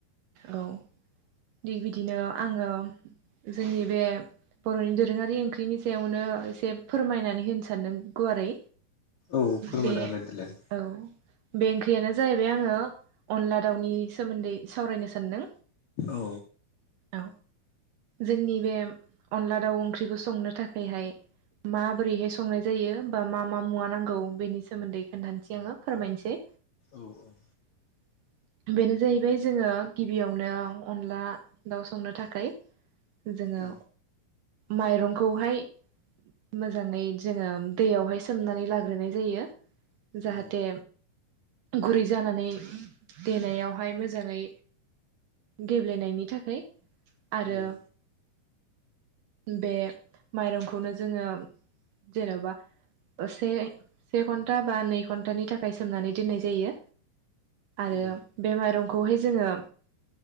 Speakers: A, on the right (about 70°); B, on the left (about 65°).
A: औ। दि बिदिनो आङो जोंनि बे बर'नि दोरोङारि ओंख्रिनि सायावनो एसे फोरमायनानै होनो सानदों गुवारै।
B: औ फोरमायना
A: बे
B: होलाय देलाय।
A: औ बे ओंख्रियानो जाहैबाय आङो अनला दाउनि सोमोन्दै सावरायनो सान्दों।
B: औ
A: औ जोंनि बे अनला दाउ ओंख्रिखौ संनो थाखायहाय माबोरैहाय संनाय जायो, बा मा मा मुवा नांगौ, बेनि सोमोन्दै खोन्थानोसै आङो। फोरमायनोसै।
B: औ औ।
A: <inaudible> बेनो जाहैबाय जोङो गिबियावनो अनला दाउ संनो थाखै जोङो
B: औ
A: माइरंखौहाय मोजाङै जोङो दैयावहाय सोमनानै लाग्रोनाय जायो। जाहाथे
B: औ
A: गुरै जानानै देनायावहाय मोजाङै गेब्लेनायनि थाखै आरो
B: औ
A: बे माइरंखौनो जोङो जेन'बा से सेघन्टा बा नै घन्तानि थाखाय सोमनानै दोननाय जायो आरो
B: औ
A: बे माइरं खौहाय जोङो